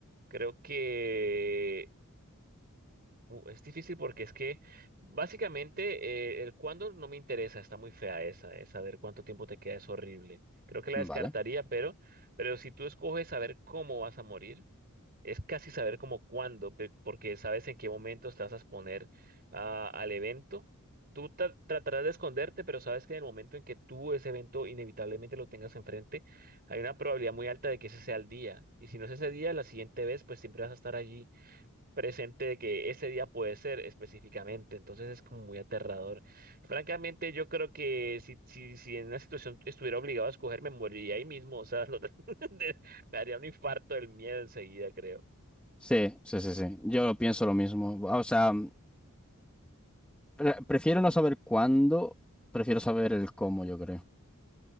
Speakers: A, on the right (about 45°); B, in the centre.
A: creo que Uh, es difícil porque es que básicamente eh, el cuándo no me interesa, está muy fea esa, es saber cuánto tiempo te queda es horrible. Creo que la
B: Vale.
A: descartaría, pero, pero si tú escoges saber cómo vas a morir, es casi saber como cuándo, pe- porque sabes en qué momento te vas a exponer a- al evento. Tú tra- tratarás de esconderte, pero sabes que en el momento en que tú ese evento inevitablemente lo tengas enfrente, hay una probabilidad muy alta de que ese sea el día. Y si no es ese día, la siguiente vez, pues siempre vas a estar allí presente de que ese día puede ser específicamente, entonces es como muy aterrador. Francamente, yo creo que si, si, si en una situación estuviera obligado a escoger, me moriría ahí mismo, o sea, lo- <laughs> de- me haría un infarto del miedo enseguida, creo.
B: Sí, sí, sí, sí. Yo pienso lo mismo. O sea, pre- prefiero no saber cuándo, prefiero saber el cómo, yo creo.